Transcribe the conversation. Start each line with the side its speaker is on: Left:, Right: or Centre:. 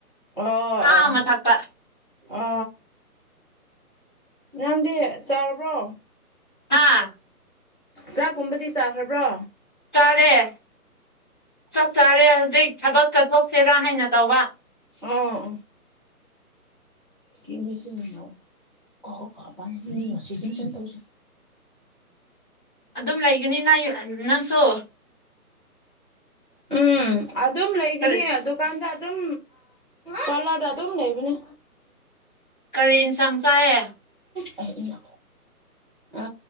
Right: ꯑꯣ
Centre: ꯑꯥ ꯃꯊꯛꯇ
Right: ꯑ ꯅꯪꯗꯤ ꯆꯥꯔꯕ꯭ꯔꯣ
Centre: ꯑ
Right: ꯆꯥꯛꯒꯨꯝꯕꯗꯤ ꯆꯥꯈ꯭ꯔꯕ꯭ꯔꯣ
Centre: ꯇꯔꯦ ꯊꯛ ꯆꯥꯔꯦ ꯍꯧꯖꯤꯛ ꯊꯕꯛ ꯆꯠꯊꯣꯛꯁꯤꯦꯔꯥ ꯍꯥꯏꯅ ꯇꯧꯕ
Right: ꯑꯣ ꯀ ꯃꯤꯁꯤꯡꯅꯥꯧ ꯀꯛ ꯀꯛ ꯄ ꯃꯤ ꯉꯁꯤ ꯆꯪꯁꯟ ꯇꯧꯁꯤ
Centre: ꯑꯗꯨꯝ ꯂꯩꯒꯅꯤꯅꯪ ꯅꯪꯁꯨ
Right: ꯎꯝ ꯑꯗꯨꯝ ꯂꯩꯒꯅꯤ
Centre: ꯀꯔꯤ
Right: ꯑꯗꯨꯀꯥꯟꯗ ꯑꯗꯨꯝ ꯄꯥꯔꯂꯥꯗ ꯑꯗꯨꯝ ꯂꯩꯕꯅꯦ
Centre: ꯀꯔꯤ ꯏꯟꯁꯥꯡ ꯆꯥꯏ
Right: ꯑ ꯏꯩꯅ ꯑ